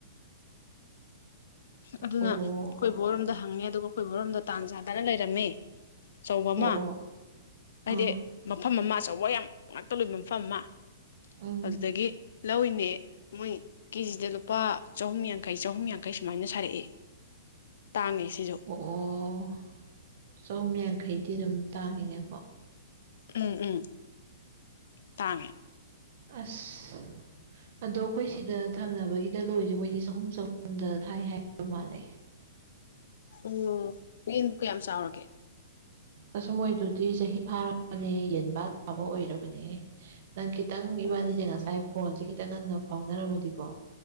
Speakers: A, on the left (about 65°); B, on the right (about 45°).
A: ꯑꯗꯨꯅ
B: ꯑꯣ
A: ꯑꯩꯈꯣꯏ ꯕ‌ꯣꯆꯔꯣꯝꯗ ꯍꯪꯉꯦ ꯑꯗꯨꯒ ꯑꯩꯈꯣꯏ ꯕꯣꯔꯣꯝꯗ ꯇꯥꯟ ꯆꯥꯗꯅ ꯂꯩꯔꯝꯃꯦ ꯑꯆꯧꯕ
B: ꯑꯣ
A: ꯑꯃ
B: ꯑꯣ
A: ꯍꯥꯏꯗꯤ
B: ꯑꯥ
A: ꯃꯐꯝ ꯑꯃ ꯑꯆꯧꯕ ꯌꯥꯝ ꯉꯥꯛꯇ ꯂꯣꯏꯕ ꯃꯐꯝ ꯑꯃ
B: ꯎꯝ
A: ꯑꯗꯨꯗꯒꯤ ꯂꯧꯋꯤꯅꯦ ꯃꯣꯏ ꯀꯦꯖꯤꯗ ꯂꯨꯄꯥ ꯆꯍꯨꯝ ꯌꯥꯡꯈꯩ ꯆꯍꯨꯝ ꯌꯥꯡꯈꯩ ꯁꯨꯃꯥꯏꯅ ꯁꯥꯔꯛꯑꯦ ꯇꯥꯡꯉꯦ ꯁꯤꯖꯨ
B: ꯑꯣ ꯑꯣ ꯆꯍꯨꯝ ꯌꯥꯡꯈꯩꯗꯤ ꯑꯗꯨꯝ ꯇꯥꯡꯉꯤꯅꯦꯀꯣ
A: ꯎꯝ ꯎꯝ ꯇꯥꯡꯉꯦ
B: ꯑꯁ ꯑꯗꯣ ꯑꯩꯈꯣꯏ ꯁꯤꯗ ꯊꯪꯅꯕꯒꯤꯗ ꯂꯣꯏꯔꯤꯖꯦ ꯃꯣꯏꯗꯤ ꯆꯍꯨꯝ ꯆꯍꯨꯝꯗ ꯊꯥꯏ ꯍꯥꯏꯕ ꯃꯥꯜꯂꯦ
A: ꯎꯝ ꯌꯦꯟꯕꯨ ꯀꯌꯥꯝ ꯆꯥꯎꯔꯒꯦ
B: ꯑꯁ ꯃꯣꯏꯗꯨꯗꯤ ꯆꯍꯤ ꯐꯥꯔꯕꯥꯅꯦꯍꯦ ꯌꯦꯟꯕꯥ ꯂꯥꯕ ꯑꯣꯏꯔꯕꯅꯦꯍꯦ ꯅꯪ ꯈꯤꯇꯪ ꯏꯕꯥꯟꯅꯤꯖꯦ
A: ꯑꯣ
B: ꯉꯁꯥꯏ ꯐꯣꯟꯖꯦ ꯈꯤꯇꯪ ꯉꯟꯅ ꯐꯥꯎꯅꯔꯝꯃꯗꯤꯀꯣ